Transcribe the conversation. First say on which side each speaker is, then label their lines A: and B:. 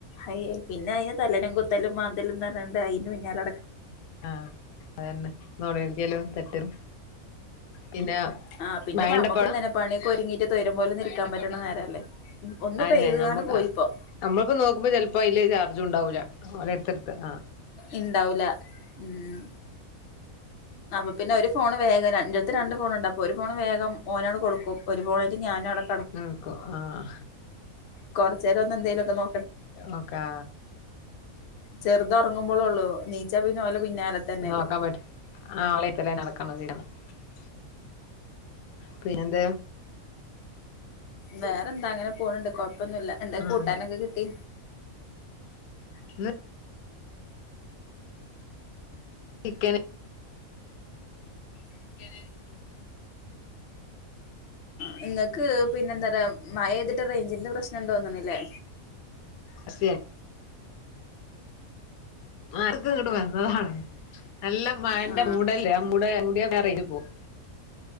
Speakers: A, on the left; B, on the left.
A: അയ പിന്നെ അയിന് തലലും കുത്തലും മാന്തലുംന്ന് പറഞ്ഞണ്ട് അന് പിന്നാല
B: ആഹ അതന്നെ നോള ളിക്കാലും തെറ്റലും പിന്നെ
A: ആഹ് പിന്നെപ്പൊ
B: മഴണ്ടപ്പവ്ടെ
A: നമുക്ക്ു തന്നെ പണിയൊക്കെ ഒരുങ്ങിട്ട് തരം പോലെ നിൽക്കാൻ പറ്റണം നേരല്ലേ ഒന്നിപെയ്തകാണ്ട്
B: അയെന്നെ നമ്മക്ക്
A: പോയിപ്പം
B: നമ്മളിപ്പോ നോക്കുമ്പോ ചെല പ്പോ അതില് ചാർജ് ഉണ്ടാവൂലഓരെ ടുത്തെടുത്ത് ആ
A: ഇണ്ടാവൂല ഉം അപ്പൊ പിന്നെ ഒരു ഫോണ് വേഗം ണ്ടടുത്ത് രണ്ട് ഫോണുണ്ട് അപ്പൊ ഒരു ഫോൺ വേഗം ഓനാണ് കൊടുക്കും ഒരു ഫോണായിട്ട് ഞാനുംടക്ക
B: ആക്ക ആഹ
A: കുറ ചേരം ഒ എന്തലുമക്ക നോ
B: ഒ കാ
A: ചെറുതറങ്ങുമ്പോള ള്ളു നീച്ചാ പിന്നെ ഓ ലെ പിന്നാലെ തന്നെല്ലേ
B: നോക്കാൻ പറ്റ <unintelligible> പിന്നെ എന്ത
A: വേറെ എന്താ അങ്ങനെ പോണണ്ട് കൊഴപ്പൊന്നുമല്ല എന്തൊെ
B: ഉം
A: കൂട്ടാനൊക്കെ കിട്ടി
B: ഇന്ന് ചിക്കന
A: <unintelligible>
B: അ
A: നിങ്ങൾക്ക് പിന്നെ എന്താ പറയാ മഴ ചെയ്തിട്ട റേഞ്ചിന്റെ പ്രശ്നംുണ്ടോന്നന്നില്ലേ
B: അസ ആക്ക് ഇങ്ങോട്ട് വന്നതാാണ് നല്ല മ യ ന്റെ
A: ആ
B: മൂടല്ലേ ആ മട മുടിയ റൈഞ്ച പോവും